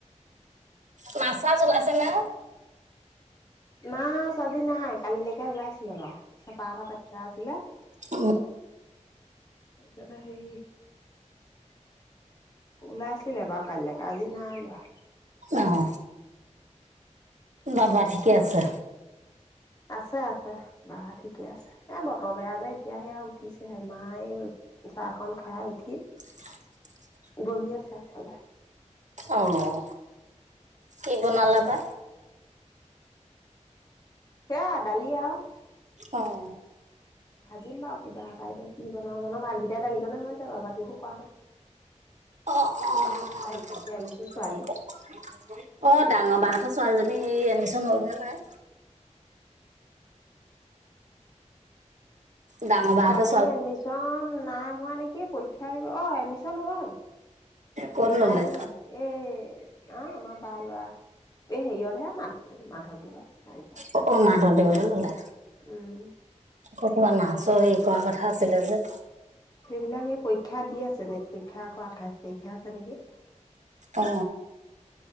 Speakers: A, on the right; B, on the left.
A: মাছ চাছ ওলাইছে নে
B: মাছ আজি নাই কালিলেকে ওলাইছিলে বাৱ, চেপা এটা পাতি থোৱা আছিলে,
A: অ
B: তাৰপিছতে সেই ওলাইছিলে বাৰু কাইলেকে আজি নাই ওলুৱা।
A: অহ বাবা ঠিকে আছে
B: আছে আছে বা ঠিকে আছে এ বতৰ বেয়া যে এতিয়া সে আৱ উঠিছেহে, মায় চাহকণ খাই উঠি
A: <unintelligible>
B: বহি আছে আগফালে
A: অঁ কি বনালা বা?
B: সেয়া দালি আৱ
A: অঁ
B: ভাজিম বাৱ কিবা এটা এতিয়া কি বনাওঁ জানো, ভাজিটোৱে দালিখনে হৈ যাব বাকিবোৰ কৰা নাই
A: অ অহ
B: তাইক পঠিয়াই লৈছো ছোৱালী
A: অ ডাঙৰ বা হঁতৰ ছোৱালীজনী হেৰি এডমিচন ললে নে নাই ডাঙৰ বাহঁতৰ
B: ছোৱালীজনী এডমিচন নাই হোৱা নেকি পৰীক্ষা দিব, অ এডমিচন হ'ল।
A: ক'ত ল'লে?
B: তাই হ'ল, এই আহ আমাৰ বা ল'ৰা এই হেৰিয়তহে মাধ মাধৱদেৱৰ ছাইন্সত
A: অ অ মাধৱ দেৱতে ললে
B: উম
A: কতোৱা নাছৰ হেৰী কোৱা কথা আছিলে যে
B: সেইবিলাক এই পৰীক্ষাত দি আছে, নেত পৰীক্ষা আকৌ আঠাইছ তাৰিখে আছে নেকি
A: অ